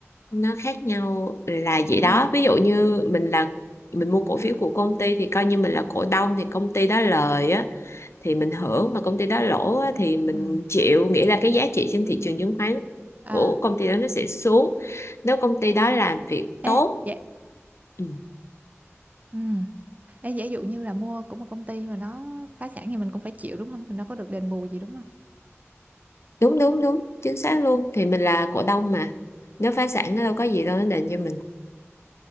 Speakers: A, on the left; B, on the right.
A: nó khác nhau là vậy đó
B: ừ
A: ví dụ như mình là mình mua cổ
B: à
A: phiếu của công ty thì coi như mình là cổ đông thì công ty đó lời á thì mình hưởng mà công ty đó lỗ á, thì mình
B: Ừ.
A: chịu nghĩa là cái giá trị trên thị trường chứng khoán
B: À,
A: của công ty đó nó sẽ xuống nếu công ty đó làm việc tốt
B: ê, dạ.
A: ừ,
B: ừ Ê, giả dụ như là mua của một công ty mà nó phá sản thì mình cũng phải chịu đúng không? Mình đâu có được đền bù gì đúng không?
A: đúng đúng đúng chính xác luôn thì mình là cổ đông mà nếu phá sản nó đâu có gì đâu nó đền cho mình